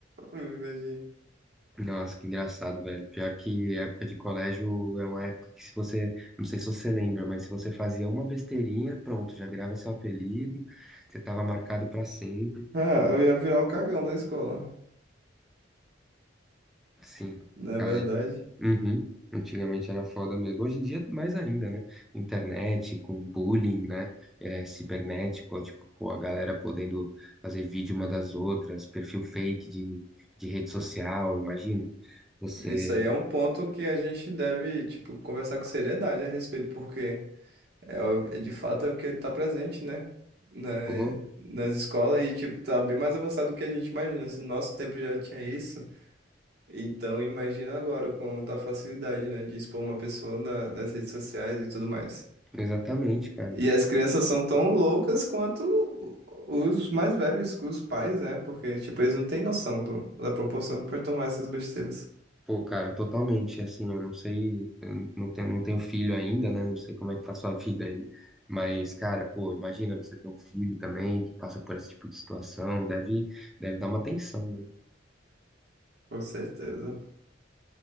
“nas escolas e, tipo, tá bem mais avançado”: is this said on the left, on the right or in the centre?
Right